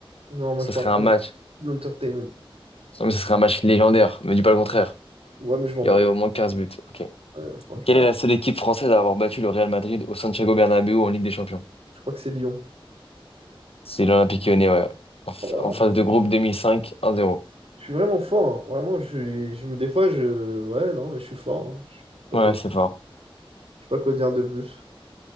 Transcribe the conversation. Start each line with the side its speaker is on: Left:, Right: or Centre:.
Right: Non, moi
Left: Ce
Right: je parle
Left: serait
Right: pas
Left: un match.
Right: de l'entertainment.
Left: Non, mais ce serait un match légendaire. Me dis pas le contraire.
Right: Ouais, mais je m'en
Left: Il
Right: moque.
Left: y aurait au moins 15 buts. Ok.
Right: Euh, franchement,
Left: Quelle est la seule équipe française à avoir battu le Real Madrid au Santiago Bernabéu en Ligue des Champions?
Right: je crois que c'est Lyon.
Left: C'est l'Olympique Lyonnais, ouais. En, fa-
Right: Oh là
Left: en phase
Right: là.
Left: de groupe 2005, 1-0.
Right: Je suis vraiment fort, hein. Vraiment, je suis, je me, des fois, je, ouais, non, mais je suis fort, hein. Je sais pas
Left: Ouais,
Right: quoi,
Left: c'est fort.
Right: je sais pas quoi dire de plus.